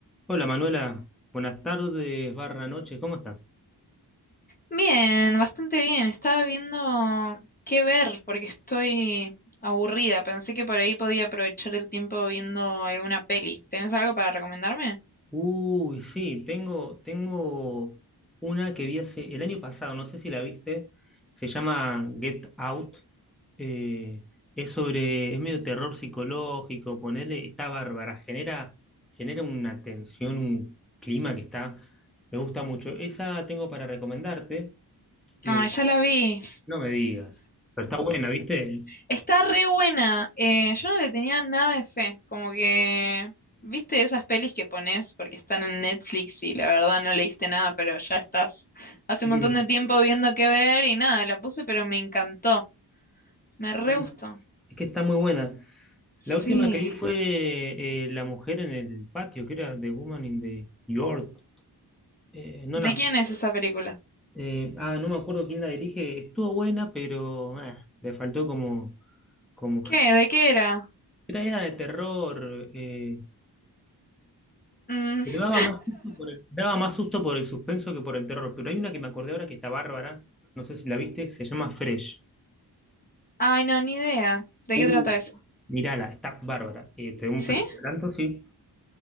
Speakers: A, in the centre; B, on the left (about 20°).
A: Hola Manuela, buenas tardes, barra noches, ¿cómo estás?
B: Bien, bastante bien. Estaba viendo qué ver porque estoy aburrida. Pensé que por ahí podía aprovechar el tiempo viendo alguna peli. ¿Tenés algo para recomendarme?
A: Uy, sí, tengo, tengo una que vi hace el año pasado, no sé si la viste, se llama Get Out, eh, es sobre, es medio terror psicológico, Ponerle, está bárbara, genera, genera una tensión, un clima que está, me gusta mucho. Esa tengo para recomendarte, eh,
B: No, ya la vi.
A: no me digas, pero está buena, ¿viste?
B: Está re buena. Eh, yo no le tenía nada de fe. Como que, viste esas pelis que pones porque están en Netflix y la verdad no leíste nada, pero ya estás
A: Sí,
B: hace un montón de tiempo viendo qué ver y nada, la puse, pero me encantó. Me
A: está-
B: re gustó.
A: es que está muy buena.
B: Sí.
A: La última que vi fue eh, La mujer en el patio, que era The Woman in the York. Eh, no
B: ¿De
A: la-
B: quién es esa película?
A: eh, ah, no me acuerdo quién la dirige. Estuvo buena, pero eh, le faltó como, como.
B: ¿Qué? ¿De qué era?
A: Era, era de terror, eh,
B: Mm,
A: pero daba más susto por el, daba más susto por el suspenso que por el terror. Pero hay una que me acordé ahora que está bárbara. No sé si la viste, se llama Fresh.
B: ay, no, ni idea. ¿De
A: Uh.
B: qué trata eso?
A: Mirala, está bárbara. Eh, te doy un
B: ¿Sí?
A: pequeño adelanto, sí.